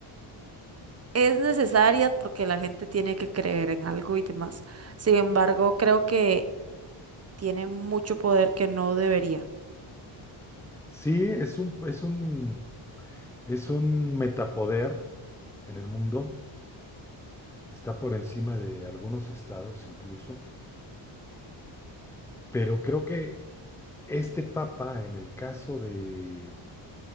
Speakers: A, on the right (about 30°); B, in the centre.
A: es necesaria porque la gente tiene que creer en algo y demás. Sin embargo, creo que tiene mucho poder que no debería.
B: Sí, es un, es un, es un metapoder en el mundo. Está por encima de algunos estados incluso. Pero creo que este papa, en el caso de,